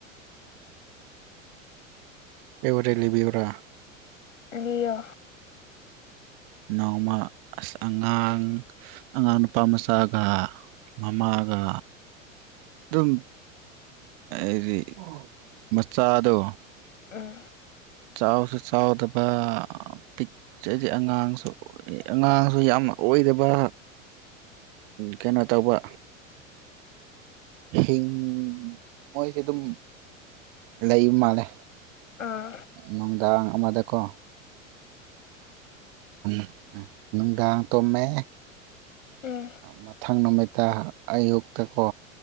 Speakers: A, on the right; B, on the left.
A: ꯑꯩ ꯋꯥꯔꯤ ꯂꯤꯕꯤꯌꯨꯔꯥ
B: ꯂꯤꯌꯣ
A: ꯅꯣꯡꯃ ꯑꯁ ꯑꯉꯥꯡ ꯑꯉꯥꯡ ꯅꯨꯄꯥ ꯃꯆꯥꯒ ꯃꯃꯥꯒ ꯑꯗꯨꯝ ꯍꯥꯏꯗꯤ ꯃꯆꯥꯗꯣ
B: ꯎꯝ
A: ꯆꯥꯎꯁꯨ ꯆꯥꯎꯗꯕ ꯄꯤꯛꯆꯁꯦ ꯑꯉꯥꯡꯁꯨ ꯑꯉꯥꯡꯁꯨ ꯌꯥꯝꯅ ꯑꯣꯏꯗꯕ ꯀꯩꯅꯣ ꯇꯧꯕ ꯍꯤꯡ ꯃꯣꯏꯁꯦ ꯑꯗꯨꯝ ꯂꯩꯕ ꯃꯥꯜꯂꯦ
B: ꯑꯥ
A: ꯅꯨꯡꯗꯥꯡ ꯑꯃꯗꯀꯣ
B: <inaudible>
A: <unintelligible> ꯅꯨꯡꯗꯥꯡ ꯇꯨꯝꯃꯦ
B: ꯎꯝ
A: ꯃꯊꯪ ꯅꯨꯃꯤꯠꯇ ꯑꯌꯨꯛꯇꯀꯣ